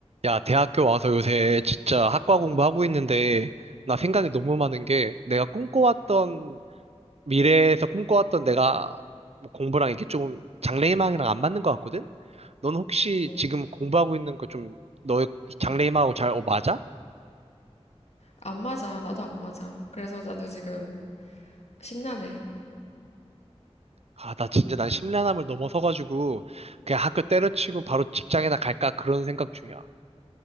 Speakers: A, on the right; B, on the left.
A: 야, 대학교 와서 요새 진짜 학과 공부하고 있는데, 나 생각이 너무 많은 게, 내가 꿈꿔왔던, 미래에서 꿈꿔왔던 내가 뭐 공부랑 이게 좀 장래희망이랑 안 맞는 것 같거든? 넌 혹시
B: 어,
A: 지금 공부하고 있는 거 좀, 너의 장래희망하고 잘 어, 맞아?
B: 안 맞아. 나도 안 맞아. 그래서 나도 지금 심란해.
A: 아, 나 진짜 난 심란함을 넘어서가지고, 그냥 학교 때려치고 바로 직장이나 갈까? 그런 생각 중이야.